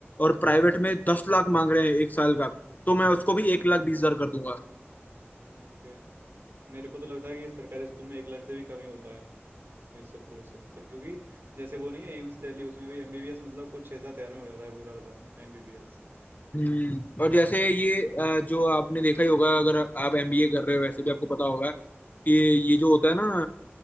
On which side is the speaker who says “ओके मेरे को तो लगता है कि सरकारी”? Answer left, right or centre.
Right